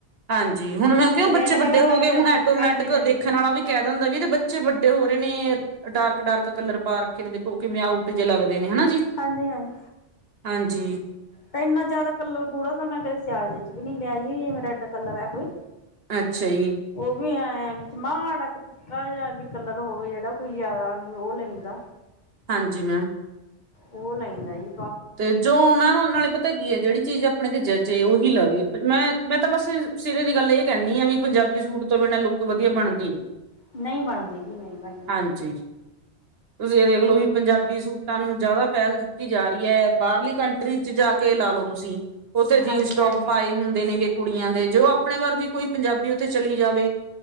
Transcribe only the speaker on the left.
ਰੈਡ
ਕਲਰ
ਤਾਂ ਮੈਂ
ਕ
ਹਾਂਜੀ ਹਾਂਜੀ
ਹਾਂਜੀ ਹਾਂਏ।
ਤਾਂ ਇੰਨਾ ਜ਼ਿਆਦਾ ਕਲਰ ਗੂੜਾ ਤਾਂ ਮੈਂ ਕਦੇ ਸਿਆਲ ਚ ਵੀ ਨੀ ਲਿਆ ਜਾਵੇ ਰੈਡ ਕਲਰ ਐ ਕੋਈ।
ਓ ਵੀ ਐ ਵਿੱਚ ਮਾੜਾ‌ ਕ ਕਾਜਾ ਵੀ ਕਲਰ ਹੋਵੇ ਜਿਹੜਾ ਕੋਈ ਜ਼ਿਆਦਾ ਵੀ ਓ ਲਈਂਦਾ।
ਓ ਲਾਈਨ ਆਈ।
ਨਈ ਬਾਣਦੀ ਜੀ ਨਈ ਬਣਦੀ।
ਹਾਂਜੀ ਹਾਂਜੀ